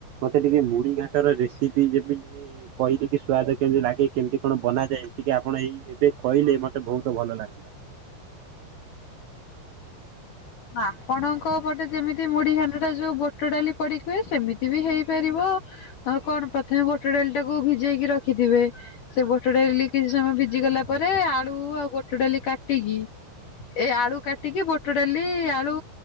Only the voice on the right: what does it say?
ମତେ ଟିକେ ମୁଢ଼ି ଘାଣ୍ଟର ରେସିପି ଯେମିତି କହି ଟିକି ସ୍ୱାଦ କେମିତି ଲାଗେ କେମିତି କଣ ବନାଯାଏ ଟିକେ ଆପଣ ଏଇ ଏବେ କହିଲେ ମତେ ବହୁତ ଭଲ ଲାଗନ୍ତା।